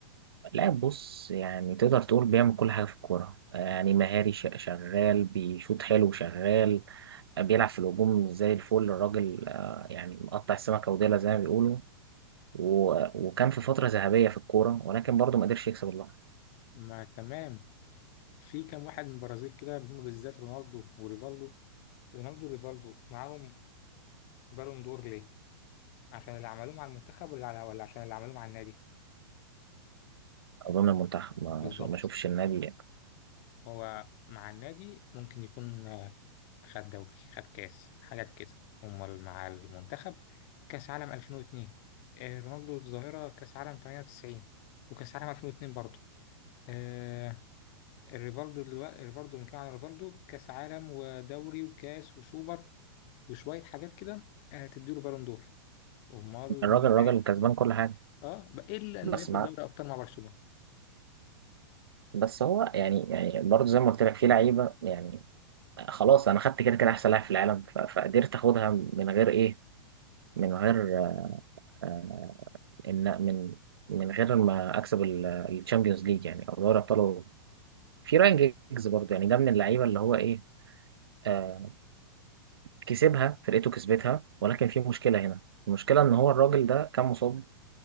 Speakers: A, on the right; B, on the left.
A: لاعب بص يعني تقدر تقول بيعمل كل حاجه في الكوره آه، يعني مهاري ش- شغال بيشوط حلو شغال آه، بيلعب في الهجوم زي الفل الراجل آه، يعني مقطع السمكه وديلها زي ما بيقولوا و- وكان في فتره ذهبيه في الكوره ولكن برضو ما قدرش يكسب اللقب
B: ما تمام في كام واحد من البرازيل كده هم بالذات رونالدو وريفالدو رونالدو وريفالدو معاهم بالون دور ليه؟ عشان اللي عملوه مع المنتخب ولا على- ولا عشان اللي عملوه مع النادي
A: اظن المنتخب ما
B: بالظبط
A: ما اشوفش النادي يعني.
B: هو مع النادي ممكن يكون آه، خد دوري خد كاس حاجات كده امال مع المنتخب كاس عالم 2002 آه، رونالدو الظاهرة كاس عالم 98 وكاس عالم 2002 برضه آه، الريفالدو دلوقتي الريفالدو بنتكلم عن الريفالدو كاس عالم ودوري وكاس وسوبر وشوية حاجات كده آه، تديله بالون دور امال
A: الراجل
B: ما
A: الراجل
B: عرفت
A: كسبان كل حاجه
B: اه بقى الا انه
A: بس
B: ياخد
A: مع
B: دوري ابطال مع برشلونة
A: بس هو يعني يعني برضه زي ما قلت لك في لعيبه يعني خلاص انا خدت كده كده احسن لاعب في العالم ف- فقدرت اخدها من غير ايه من غير آه، ان من من غير ما اكسب الشامبيونز ليج يعني او دوري ابطال أوروبا. في راين جيجز برضه يعني ده من اللعيبه اللي هو ايه آه، كسبها فرقته كسبتها ولكن في مشكله هنا المشكله ان هو الراجل ده كان مصاب